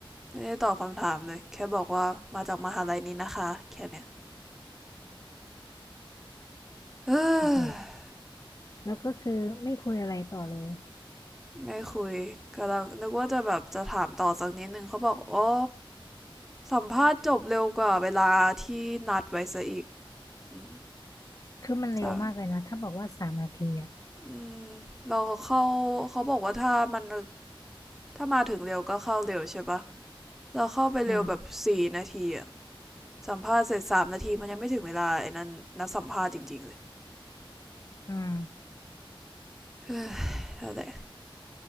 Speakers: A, in the centre; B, on the left.
A: ไม่ได้ตอบคำถามเลยแค่บอกว่ามาจากมหาลัยนี้นะคะแค่เนี้ย <sighs> เออ
B: โอ้โหแล้วก็คือไม่คุยอะไรต่อเลย
A: ไม่คุยกำลังนึกว่าจะแบบจะถามต่อสักนิดนึงเขาบอกอ๋อสัมภาษณ์จบเร็วกว่าเวลาที่นัดไว้ซะอีกอืม
B: คือมันเร็วมากเลยนะถ้าบอกว่าสามนาทีอ่ะ
A: จ้ะอืมเราเข้าเขาบอกว่าถ้ามันถ้ามาถึงเร็วก็เข้าเร็วใช่ปะเราเข้าไปเร็วแบบสี่นาทีอะ
B: อ่า
A: สัมภาษณ์เสร็จสามนาทีมันยังไม่ถึงเวลาไอ้นั่นนัดสัมภาษณ์จริงๆเลย
B: อืม
A: เออแล้วแต่